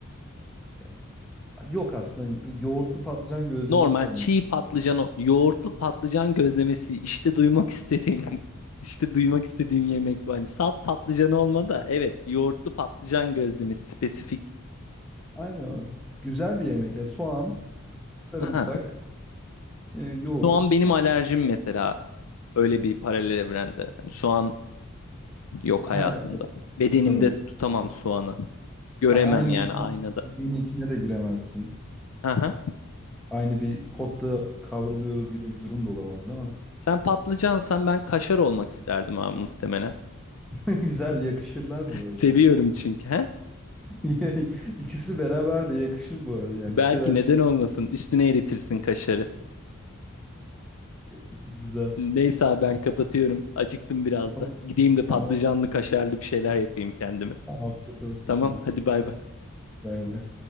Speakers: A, in the centre; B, on the left (about 80°).
A: Ya, Yok aslında yoğurtlu patlıcan gözlemesi
B: Normal
A: olmak.
B: çiğ patlıcan,
A: istiyorum.
B: o- yoğurtlu patlıcan gözlemesi işte duymak istediğim <laughs> işte duymak istediğim yemek bu. Hani salt patlıcan olma da evet yoğurtlu patlıcan gözlemesi spesifik.
A: Aynen. öyle. Güzel bir yemek ya. Soğan, sarımsak,
B: Aa,
A: e, yoğurt.
B: soğan benim
A: pat-
B: alerjim mesela öyle bir paralel evrende. Hani soğan yok
A: Ha
B: hayatımda.
A: evet,
B: Bedenimde
A: tabii.
B: tutamam soğanı.
A: Sen
B: Göremem
A: aynı
B: yani aynada.
A: yemeğin içine de giremezsin.
B: Aha.
A: Aynı bir potta kavruluyoruz gibi bir durum da olamaz değil mi?
B: Sen patlıcansan ben kaşar olmak isterdim abi muhtemelen.
A: <laughs> Güzel yakışırlar
B: <laughs>
A: bu arada.
B: Seviyorum çünkü. He?
A: <laughs> İkisi beraber de yakışır bu arada yani
B: Belki
A: bir şeyler
B: neden
A: çık
B: olmasın? Üstüne eritirsin kaşarı.
A: güzel.
B: Neyse abi ben kapatıyorum. Acıktım biraz
A: Tamam.
B: da. Gideyim de patlıcanlı
A: Tamam.
B: kaşarlı bir şeyler yapayım kendime.
A: Afiyet olsun
B: Tamam
A: sana.
B: hadi bay bay.
A: Bay bay.